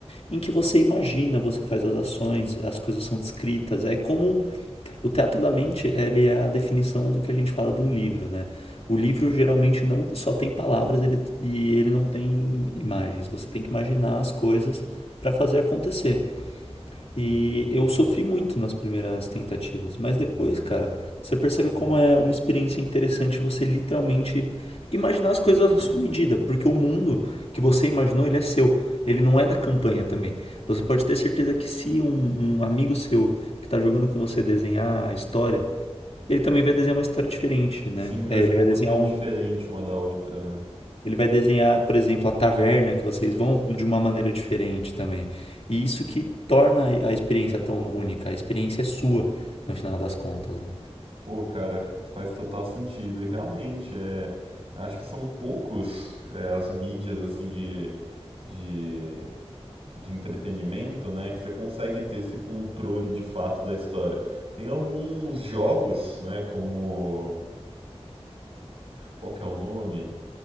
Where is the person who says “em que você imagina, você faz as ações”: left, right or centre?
Left